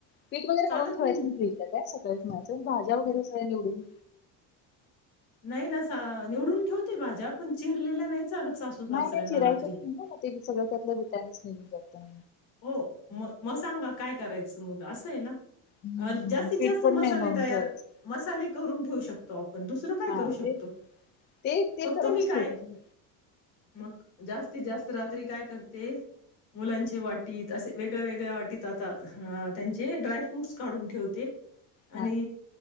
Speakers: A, on the left (about 30°); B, on the left (about 65°).
A: पीठ वगैरे
B: चालत
A: मळून ठेवायच नाही फ्रिज ला काय सकाळीच मळायचं भाज्या वगैरे सगळ्या निवडून
B: नाही ना निवडून ठेवते भाज्या पण चिरलेल्या नाही चालत सासू सासऱ्यांना
A: नाही, नाही चिरायचं
B: रात्री.
A: ना ते सग त्यातलं विटॅमिनस निघून जातय ह
B: हो म मग सांगा काय करायचं मग अस आहे ना
A: हम्म,
B: जास्तीत
A: पीठ
B: जास्त
A: पण
B: मसाले
A: नाही मळून
B: तयार
A: ठेवायचं
B: मसाले करून ठेऊू शक त पण दुसरं काय
A: हा
B: करू शकतो
A: ते ते ते
B: फक्त
A: करूनच
B: मी काय
A: ठेवते सगळं.
B: मग जास्तीत जास्त रात्री काय करते मुलांची वाट असे वेगळ्या वेगळ्या वाटीत आता त्यांचे ड्रायफ्रूटस काढून ठेवते
A: हा
B: आणि